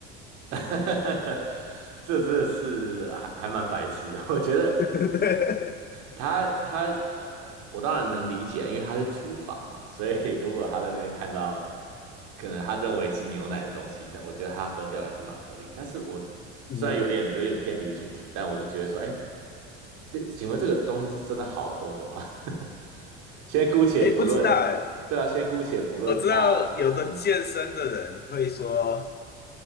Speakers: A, on the right; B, on the left.
A: <laughs> 这这是还还蛮白痴的。<laughs> 我觉得
B: <laughs>
A: 他他呃，我当然能理解啊，因为他是厨房嘛，所以如果他在那边看到可能他认为是牛奶的东西，他我觉得他喝掉也是蛮合理。但是我
B: 嗯。
A: 虽然有点有点偏离主题，但我就觉得说，哎，这请问这个东西是真的好喝的吗？<laughs> 先姑且不论，
B: 哎，不知道哎，
A: 对啊，先姑且不论它，
B: 我知道有的健身的人会说，
A: 嗯，